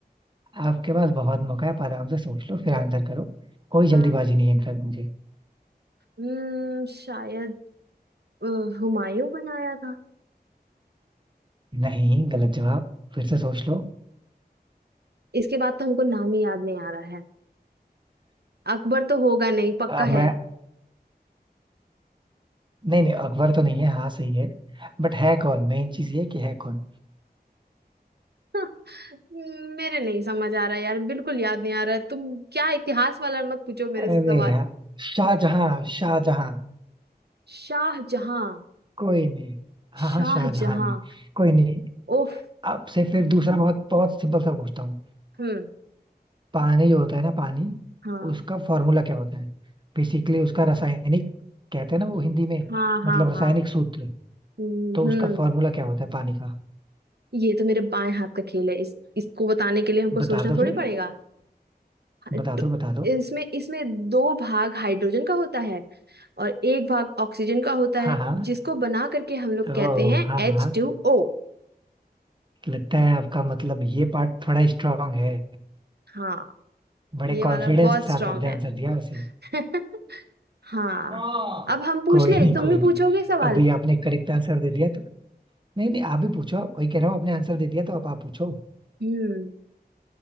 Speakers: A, on the right (about 30°); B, on the right (about 75°).
A: आपके पास बहुत मौका है आप आराम से सोच लो फिर आंसर करो कोई जल्दीबाजी
B: अ,
A: नहीं है इनफैक्ट मुझे
B: हम्म शायद अ, हुमायूं बनाया था
A: नहीं गलत जवाब फिर से सोच लो
B: इसके बाद तो हमको नाम ही याद नहीं आ रहा है अकबर तो होगा नहीं पक्का
A: अ, मैं
B: है
A: नहीं नहीं अकबर तो नहीं है हाँ सही है बट है कौन मेन चीज ये है कि है कौन
B: <laughs> मेरे नहीं समझ आ रहा यार बिल्कुल याद नहीं आ रहा तुम क्या इतिहास वाला मत पूछो मेरे
A: अरे
B: से सवाल
A: यार शाहजहां शाहजहां
B: शाहजहां
A: कोई नहीं हाँ
B: शाहजहां
A: हाँ शाहजहां ने कोई नहीं
B: उफ
A: आपसे फिर दूसरा बहुत बहुत सिंपल सा पूछता हूँ
B: हम्म
A: पानी जो होता है ना पानी
B: हाँ
A: उसका फॉर्मूला क्या होता है बेसिकली उसका रासायनिक कहते हैं ना वो हिंदी में
B: हाँ
A: मतलब
B: हाँ
A: रासायनिक
B: हाँ
A: सूत्र
B: हम्म
A: तो उसका
B: हम्म,
A: फॉर्मूला क्या होता है पानी का
B: ये तो मेरे बाएं हाथ का खेल है इस इसको बताने के लिए हमको
A: बता
B: सोचना
A: दो फिर
B: थोड़ी पड़ेगा हा-
A: बता
B: ट-
A: दो बता दो
B: इसमें इसमें दो भाग हाइड्रोजन का होता है और एक भाग ऑक्सीजन का होता है
A: हाँ हाँ
B: जिसको बना करके हम लोग कहते
A: ओ
B: हैं
A: हाँ
B: एच
A: हाँ
B: टू ओ
A: लगता है आपका मतलब ये पार्ट थोड़ा स्ट्रांग है
B: हाँ
A: बड़े
B: ये
A: कॉन्फिडेंस
B: वाला बहुत
A: के साथ
B: स्ट्रांग
A: आपने
B: है
A: आंसर दिया वैसे
B: <laughs> हाँ
A: हाँ
B: अब हम पूछ
A: कोई
B: ले
A: नहीं
B: तुम
A: कोई
B: भी
A: नहीं
B: पूछोगे सवाल
A: अभी आपने करेक्ट आंसर दे दिया तो नहीं नहीं आप भी पूछो वही कह रहा हूँ आपने आंसर दे दिया तो आप आप पूछो
B: हम्म